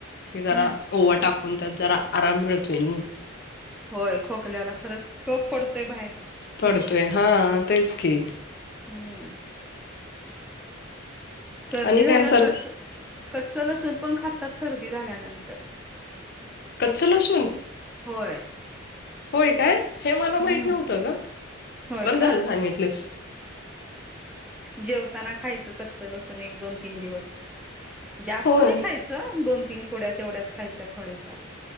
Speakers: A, on the left; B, in the centre.
A: कि जरा
B: हम्म
A: ओवा टाकून त्यात जरा आराम मिळतोय नाही
B: होय खोकल्याला खरंच कप पडतोय बाहेर
A: पडतोय हा तेच की
B: हम्म. सर्दी
A: आणि काय
B: झाल्यावर
A: सर
B: कच्च कच्च लसूण पण खातात सर्दी झाल्यानंतर
A: क्चच लसुन.
B: होय.
A: होय काय हे मला माहीत
B: हम्म
A: नव्हतं ग
B: होय
A: बरं झालं
B: का
A: सांगितलीस
B: जेवताना खायचं कच्चल असून एक दोन तीन दिवस जास्त
A: होय
B: नाही खायचं दोन तीन कुड्या तेवढ्याच खायच्या थोड्याश्या